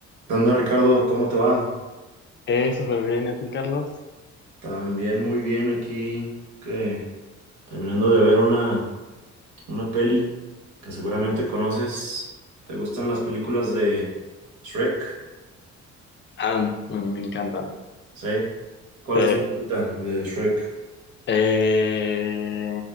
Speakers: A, on the right; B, on the left.
A: ¿Qué onda, Ricardo? ¿Cómo te va?
B: Eh, súper bien, ¿y a ti, Carlos?
A: También muy bien aquí, que terminando de ver una, una peli que seguramente conoces. ¿Te gustan las películas de Shrek?
B: Ah, mm, me encantan.
A: ¿Sí? ¿Cuál
B: Eh,
A: es tu favorita de Shrek?
B: eh,